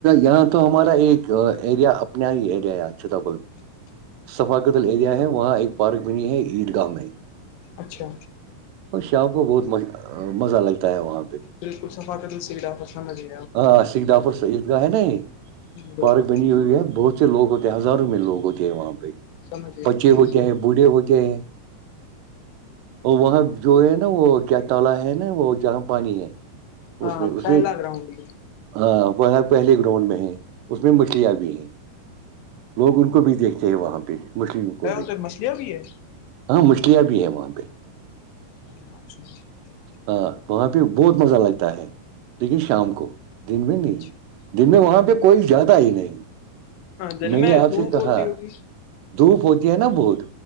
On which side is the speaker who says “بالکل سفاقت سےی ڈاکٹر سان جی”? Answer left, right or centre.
Left